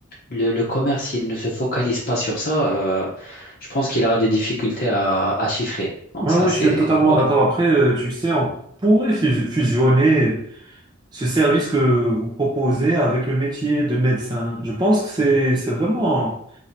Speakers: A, on the left; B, on the right.
A: le, le commerce, il ne se focalise pas sur ça, euh, je pense qu'il aura des difficultés à, à chiffrer. Donc,
B: Ouais,
A: ça,
B: ouais,
A: c'est...
B: je suis totalement
A: Ouais.
B: d'accord. Après, euh, tu sais, on pourrait fus- fusionner ce service que vous proposez avec le métier de médecin. Je pense que c'est c'est vraiment